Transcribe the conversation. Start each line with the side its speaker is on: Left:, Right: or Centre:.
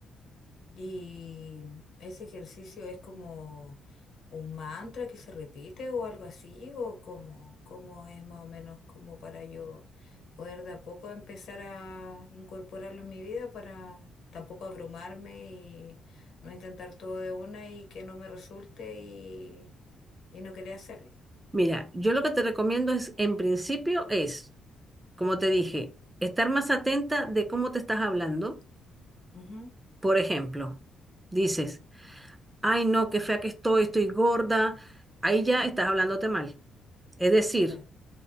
Left: Y ese ejercicio es como un mantra que se repite o algo así, o como, como es más o menos como para yo poder de a poco empezar a incorporarlo en mi vida para tampoco abrumarme y no intentar todo de una y que no me resulte y, y no querer hacerlo.
Right: Mira, yo lo que te recomiendo es, en principio, es, como te dije, estar más atenta de cómo te estás hablando.
Left: Ujú,
Right: Por ejemplo, dices, ay no, qué fea que estoy, estoy gorda. Ahí ya estás hablándote mal. Es decir,
Left: claro.